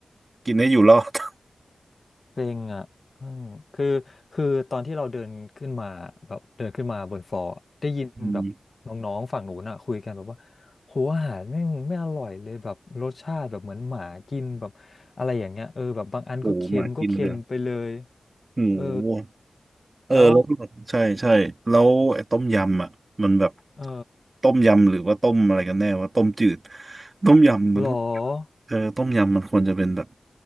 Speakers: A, on the right; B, on the left.
A: กินให้อยู่รอด <laughs>
B: เป็นอะอืมคือคือตอนที่เราเดินขึ้นมาแบบเดินขึ้นมาบนฟลอร์อะได้ยินแบบน้องๆฝั่งหนูนอะคุยกันแบบว่าโหอาหารแม่งไม่อร่อยเลยแบบรสชาติแบบเหมือนหมากินแบบอะไรอย่างเงี้ยเออแบบบางอันก็เค็มก็เค็มไปเลย
A: อืมโอ้โหหมากินเลยโอ้โห
B: เออ
A: เออแล้วก็ใช่ใช่แล้วไอ้ต้มยำอ่ะมันแบบ
B: แล้วเออ
A: ต้มยำหรือว่าต้มอะไรกันแน่ว่าต้มจืดต้มยำมันก็
B: หรอ
A: เออต้มยำมันควรจะเป็นแบบ